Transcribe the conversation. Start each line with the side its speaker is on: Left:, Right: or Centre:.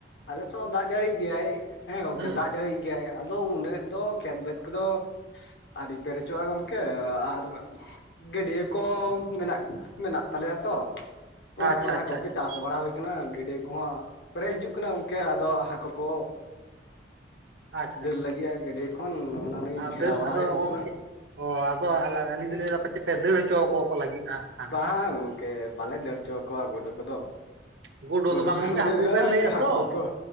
Left: ᱟᱞᱮ ᱥᱮᱫ ᱦᱚᱸ ᱫᱟᱜ ᱡᱟᱹᱲᱤᱭᱮᱫ ᱜᱮᱭᱟᱭ ᱦᱮᱸ ᱜᱚᱝᱠᱮ
Right: ᱦᱩᱸ
Left: ᱫᱟᱜ ᱡᱟᱹᱲᱤᱭᱮᱫ ᱜᱮᱭᱟᱭ, ᱟᱫᱚ ᱩᱱᱟᱹᱜ ᱫᱚ ᱠᱷᱮᱛ ᱵᱟᱹᱫ ᱠᱚᱫᱚ ᱟᱹᱣᱨᱤ ᱯᱮᱨᱮᱪᱚᱜᱼᱟ ᱜᱚᱢᱠᱮ ᱟᱨ ᱜᱟᱹᱰᱭᱟᱹ ᱠᱚ ᱢᱮᱱᱟᱜ ᱢᱮᱱᱟᱜ ᱛᱟᱞᱮᱭᱟ ᱛᱚ ᱚᱱᱟ
Right: ᱟᱪᱪᱷᱟ
Left: ᱠᱚᱨᱮ
Right: ᱟᱪᱪᱷᱟ
Left: ᱦᱟᱹᱠᱳ
Right: ᱟᱪᱪᱷᱟ
Left: ᱠᱚ ᱪᱟᱥ ᱵᱟᱲᱟ ᱦᱩᱭ ᱠᱟᱱᱟ ᱜᱟᱹᱰᱭᱟᱹ ᱠᱚᱦᱚᱸ ᱯᱮᱨᱮᱡ ᱦᱤᱡᱩᱜ ᱠᱟᱱᱟ ᱜᱚᱝᱠᱮ ᱟᱫᱚ ᱦᱟᱹᱠᱳ ᱠᱚ
Right: ᱟᱪᱪᱷᱟ
Left: ᱫᱟᱹᱲ
Right: ᱟᱪᱪᱷᱟ
Left: ᱞᱟᱹᱜᱤᱜᱼᱟ ᱜᱟᱹᱰᱭᱟᱹ ᱠᱷᱚᱱ ᱚᱱᱟ ᱞᱟᱹᱜᱤᱫ
Right: ᱟᱫᱚ
Left: ᱜᱷᱮᱨᱟᱣ ᱵᱟᱲᱟᱭ
Right: ᱟᱫᱚ
Left: ᱦᱩᱭᱩᱜ
Right: ᱜᱚᱝᱠᱮ
Left: ᱠᱟᱱᱟ᱾
Right: ᱚ ᱟᱫᱚ ᱟᱹᱞᱤᱧ ᱫᱚᱞᱤᱧ ᱞᱟᱹᱭ ᱫᱟ ᱯᱟᱪᱮᱫ ᱯᱮ ᱫᱟᱹᱲ ᱦᱚᱪᱚ ᱟᱠᱚ ᱞᱟᱹᱜᱤᱫ ᱦᱟᱹᱜ ᱠᱷᱟᱱ᱾
Left: ᱦᱟᱸ ᱜᱚᱝ ᱠᱮ ᱵᱟᱞᱮ ᱫᱟᱹᱲ ᱦᱚᱪᱚ ᱠᱚᱣᱟ ᱜᱳᱰᱳ ᱠᱚᱫᱚ᱾
Right: ᱜᱩᱰᱩ
Left: ᱜᱳᱰᱳ
Right: ᱫᱚ ᱵᱟᱝ
Left: <unintelligible>
Right: ᱜᱚᱝᱠᱮ ᱦᱟᱹᱠᱩ ᱵᱮᱱ ᱞᱟᱹᱭᱮᱫ
Left: ᱦᱟᱠᱳ
Right: ᱫᱚ
Left: ᱠᱚ